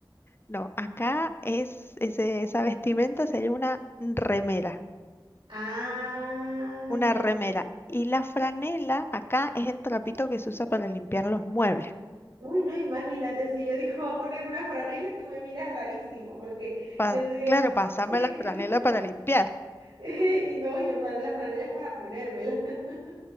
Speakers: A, on the left; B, on the right.
A: No, acá es, ese, esa vestimenta sería una remera.
B: Ah,
A: una
B: ya.
A: remera. Y la franela acá es el trapito que se usa para limpiar los muebles.
B: Uy, no, imagínate, si yo digo, <laughs> va a poner una franela, tú me miras rarísimo, porque
A: Pa-
B: yo te digo,
A: claro, pasame
B: <laughs>
A: la franela para limpiar.
B: y no, yo para- la franela es para ponérmela. <laughs>